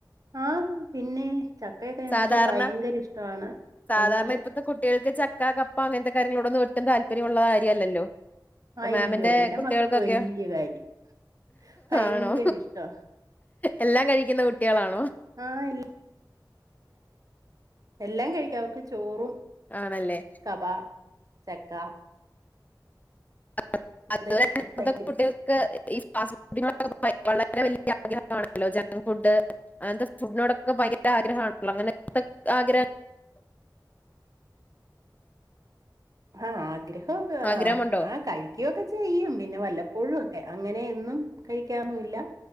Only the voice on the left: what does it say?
സാധാരണ
സാധാരണ
ഇപ്പത്തെ കുട്ടികൾക്ക് ചക്ക കപ്പ അങ്ങനത്തെ കാര്യങ്ങളോടൊന്നും ഒട്ടും താൽ- പര്യൊള്ള കാര്യല്ലല്ലോ അപ്പൊ
മാമിന്റെ
കുട്ടികൾക്കൊക്കെയൊ
ആണോ
എല്ലാം കഴിക്കുന്ന കുട്ടികളാണോ?
ആണല്ലേ
<inaudible> അതുവല്ല
ഇപ്പത്തെ
കുട്ടികക്ക് ഈ ഫാസ്ഫുഡിനോടൊക്കെ വളരെ വലിയ ആഗ്രഹണല്ലോ ജഗ് ഫുഡ് അങ്ങനത്തെ ഫുഡിനോടൊക്കെ ഭയങ്കര ആഗ്രഹാണല്ലോ അങ്ങനെ എന്തൊക്കെ ആഗ്രഹം
ആഗ്രഹമുണ്ടോ